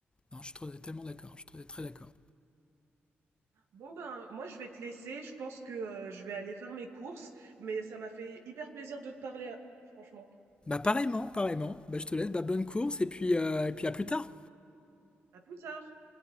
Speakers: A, on the left (about 20°); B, on the right (about 80°).
A: Non, je suis trop- tellement d'accord, je suis très, très d'accord.
B: Bon ben, moi je vais te laisser, je pense que euh, je vais aller faire mes courses, mais ça m'a fait hyper plaisir de te parler, euh, franchement.
A: Bah pareillement, pareillement. Bah, je te laisse, bah, bonne course et puis, euh, et puis à plus tard.
B: À plus tard!